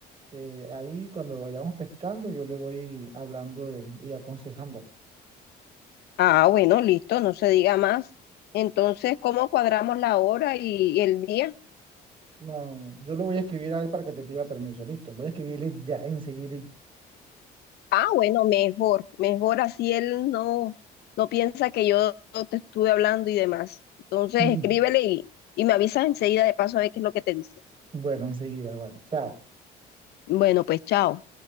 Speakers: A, on the right; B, on the left.
A: eh, ahí cuando vayamos pescando, yo le voy hablando de- y aconsejándolo.
B: Ah, bueno, listo, no se diga más. Entonces, ¿cómo cuadramos la hora y y el día?
A: No, yo lo voy a escribir a él para que te pida permiso. Listo, voy a escribirle ya enseguida.
B: Ah, bueno, mejor, mejor así él no, no piensa que yo te estuve hablando y demás. Entonces,
A: <laughs>
B: escríbele y, y me avisas enseguida de paso a ver qué es lo que te dice.
A: Bueno, enseguida, bueno, chao.
B: Bueno, pues chao.